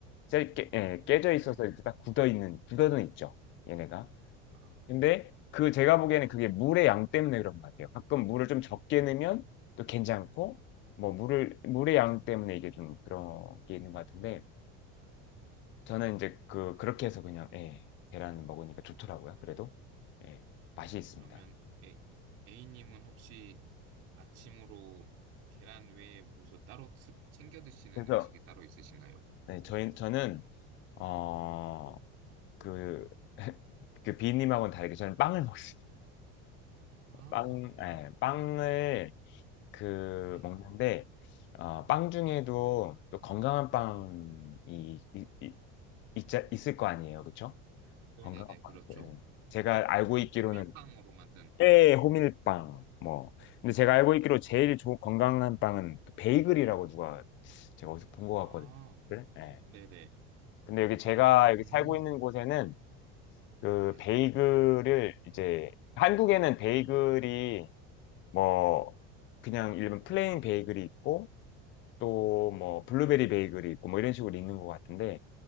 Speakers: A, on the left (about 40°); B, on the right (about 55°).
A: 깨, 깨, 예,
B: 음,
A: 깨져 있어서 이렇게 딱 굳어 있는 굳어는 있죠. 얘네가.
B: 아,
A: 근데
B: 음.
A: 그 제가 보기에는 그게 물의 양 때문에 그런 것 같아요. 가끔 물을 좀 적게 넣으면 또 괜찮고 뭐 물을 물의 양 때문에 이게 좀 그런 게 있는 것 같은데 저는 이제 그 그렇게 해서 그냥 예, 계란 먹으니까 좋더라고요. 그래도 예, 맛이 있습니다.
B: 그러면 A, A님은 혹시 아침으로 계란 외에 무슨 따로 트- 챙겨 드시는
A: 그래서
B: 음식이 따로 있으신가요?
A: 네, 저희 저는 어그 그 <laughs> 그 비님하고는 다르게 저는 빵을 먹습니다.
B: 아,
A: 빵, 예, 빵을 그
B: 네.
A: 먹는데 어, 빵 중에도 또 건강한 빵이 이- 이- 있자- 있을 거 아니에요, 그렇죠?
B: 네네네,
A: 건강한 빵.
B: 그렇죠.
A: 네. 제가 알고 있기로는
B: 호밀빵으로 만든,
A: 꽤 호밀빵 뭐. 근데 제가
B: 네.
A: 알고 있기로 제일 좋은 건강한 빵은 그 베이글이라고 누가 제가 어디서 본 것
B: 아,
A: 같거든요. 네. 네.
B: 네네.
A: 근데 여기 제가
B: 음,
A: 여기 살고 있는 곳에는 그
B: 네.
A: 베이글을 이제 한국에는 베이글이 뭐
B: 네.
A: 그냥 일반 플레인 베이글이 있고 또 뭐 블루베리 베이글이 있고 뭐 이런 식으로 있는 것 같은데